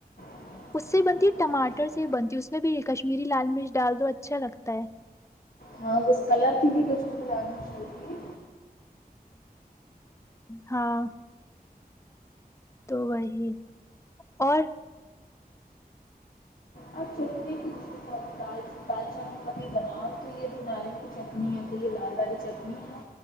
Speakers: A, on the left; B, on the left.
A: جسے
B: اس سے بنتی
A: تیکھا
B: ہے ٹماٹر
A: کرتے ہیں
B: سے بنتی اس میں بھی کشمیری لال مرچ ڈال دو اچھا لگتا ہے
A: ہاں ب کلر کے بھی کچھ مجھے جانا چاہیے
B: ہاں تو وہی اور
A: اور چٹنی تو اس کے ساتھ دال دال چاول کبھی بناؤ تو یہ جو ناریل کی چٹنی ہےس لیے لال لالی چٹنی ہے نا